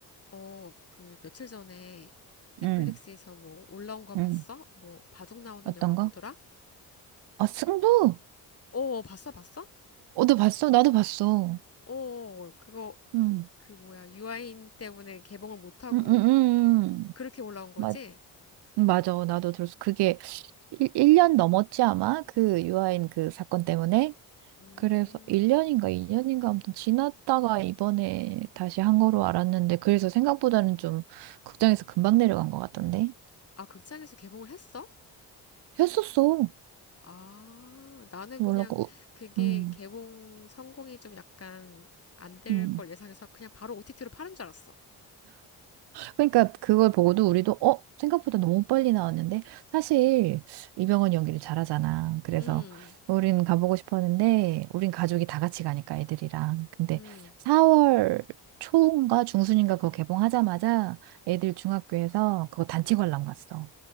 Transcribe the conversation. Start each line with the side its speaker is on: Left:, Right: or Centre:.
Left: 어, 그 며칠 전에 넷플릭스에서
Right: 응,
Left: 뭐 올라온 거 봤어?
Right: 응,
Left: 뭐 바둑 나오는
Right: 어떤
Left: 영화 뭐더라?
Right: 거? 아, 승부!
Left: 어, 어, 봤어, 봤어?
Right: 어, 너 봤어? 나도 봤어.
Left: 어, 어, 어, 그거
Right: 응.
Left: 그 뭐야 유아인 때문에 개봉을 못 하고
Right: 응응응응
Left: 그렇게 올라온 거지?
Right: 맞, 맞아. 나도 들었어. 그게 1, 일년 넘었지, 아마? 그 유아인 그 사건 때문에?
Left: 음,
Right: 그래서 1년인가 2년인가 아무튼 지났다가 이번에 다시 한 거로 알았는데, 그래서 생각보다는 좀 극장에서 금방 내려간 것 같던데?
Left: 아 극장에서 개봉을 했어?
Right: 했었어.
Left: 아, 나는 그냥
Right: 몰라. 고
Left: 그게
Right: 응
Left: 개봉 성공이 좀 약간 안될
Right: 응.
Left: 걸 예상해서 그냥 바로 OTT로 파는 줄 알았어.
Right: 그러니까 그걸 보고도 우리도 어? 생각보다 너무 빨리 나왔는데 사실 이병헌 연기를 잘하잖아. 그래서
Left: 음,
Right: 우린 가보고 싶었는데 우린 가족이 다 같이 가니까 애들이랑. 근데
Left: 음,
Right: 4월 초인가 중순인가 그거 개봉하자마자 애들 중학교에서 그거 단체 관람 갔어.